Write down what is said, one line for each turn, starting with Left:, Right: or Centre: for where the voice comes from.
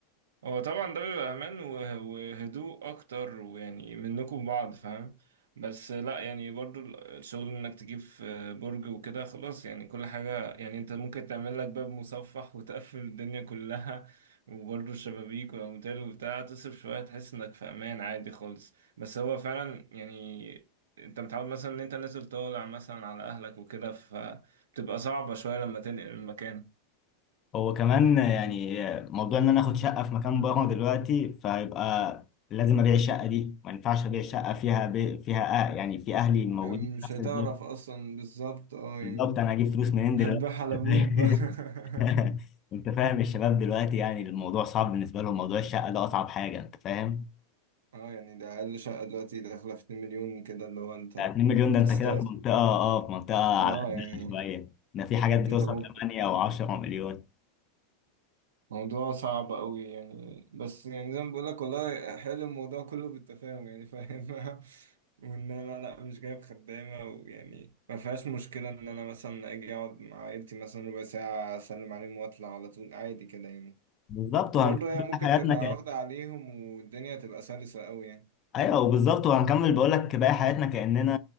Right: هو طبعا ده بيبقى امان وه- وهدوء اكتر ويعني منكم بعض فاهم بس لا يعني برضو ال- الشغل انك تجيب في برج وكده خلاص يعني كل حاجة يعني انت ممكن تعمل لك باب مصفح <laughs> وتقفل الدنيا كلها وبرضو الشبابيك والاموال وبتاع تصرف شوية تحس انك في امان عادي خالص بس هو فعلا يعني انت متعود مثلا ان انت نازل طالع مثلا على اهلك وكده فبتبقى صعبة شوية لما تنقل المكان
Left: هو كمان يعني موضوع ان انا اخد شقه في مكان بره دلوقتي فيبقى لازم ابيع الشقه دي ما ينفعش ابيع الشقه فيها بي فيها آه يعني في اهلي موجودين
Right: يعني مش
Left: في نفس
Right: هتعرف
Left: البيت
Right: اصلا بالظبط اه
Left: بالظبط
Right: يعني
Left: انا هجيب فلوس منين دلوقتي
Right: هتبيعها على
Left: انت
Right: ابوك
Left: فاهم
Right: بقى <laughs>
Left: <laughs> انت فاهم الشباب دلوقتي يعني الموضوع صعب بالنسبه لهم موضوع الشقه ده اصعب حاجه انت فاهم
Right: اه يعني ده اقل شقة دلوقتي داخلة في 2 مليون كده اللي هو انت
Left: يعني 2 مليون ده
Right: بتستاهل
Left: انت كده في منطقه اه آه، في منطقه
Right: اه
Left: على قدها
Right: يعني
Left: شويه ده في حاجات بتوصل
Right: انت ممكن
Left: 8 او 10 مليون
Right: موضوع صعب قوي يعني بس يعني زي ما بقول لك والله حلو الموضوع كله بالتفاهم يعني فاهم <laughs> وان انا لا مش جايب خدامة ويعني ما فيهاش مشكلة ان انا مثلا اجي اقعد مع عيلتي مثلا ربع ساعة اسلم عليهم واطلع على طول عادي كده يعني
Left: بالظبط
Right: وبرضه
Left: وهنكمل
Right: هي ممكن
Left: حياتنا
Right: تبقى واخدة عليهم والدنيا تبقى سلسة قوي يعني
Left: ايوه بالظبط وهنكمل بقول لك باقي حياتنا كاننا